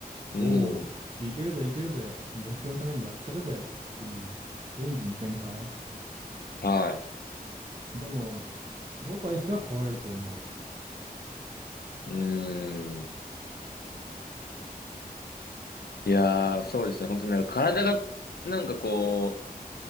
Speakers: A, on the left; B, on the right.
A: うん。
B: おお、いけるぜいけるぜ、目標のためにやったるぜっていうエンジン全開。
A: は
B: でも、僕は椅子が壊れると思う。
A: い。うん。いやー、そうですね。本当になんか体が、なんかこ